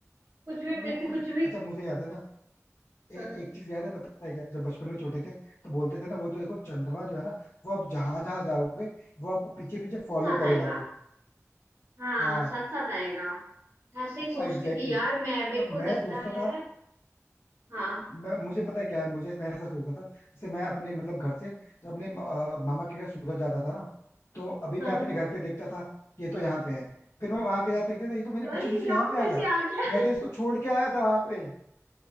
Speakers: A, on the right (about 50°); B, on the left (about 70°).
A: कुछ भी
B: मतलब
A: मिथ
B: कुछ
A: कुछ भी
B: अच्छा मुझे याद है ना ए,
A: हाँ,
B: एक चीज याद है पता है क्या जब बचपन में छोटे थे तो बोलते थे ना वो तो देखो चंद्रमा जो है ना वो आप जहां जहां जाओगे वो आपको पीछे पीछे फॉलो
A: साथ साथ
B: करेगा
A: आएगा
B: वो
A: हाँ
B: हाँ
A: साथ साथ आएगा ऐसे
B: <laughs>
A: ही सोचती
B: हाँ एग्जैक्टली
A: थी यार
B: exactly.
A: मैं मेरे
B: मतलब
A: को लगता
B: मैं सोचता
A: है
B: था
A: हाँ
B: मैं, मुझे पता है क्या है मुझे मैं ऐसा सोचता था जैसे मैं अपने मतलब घर से तो अपने अ, मामा के घर सूरत जाता था ना तो अभी
A: हाँ
B: मैं अपने घर पे देखता था कि ये तो यहाँ पे है फिर मैं वहां के जाते देखता था ये तो मेरे
A: यार
B: पीछे
A: ये
B: पीछे
A: यहाँ
B: यहाँ पे
A: कैसे
B: आ गया
A: आ गया
B: मैं तो इसको छोड़ के आया था वहां पे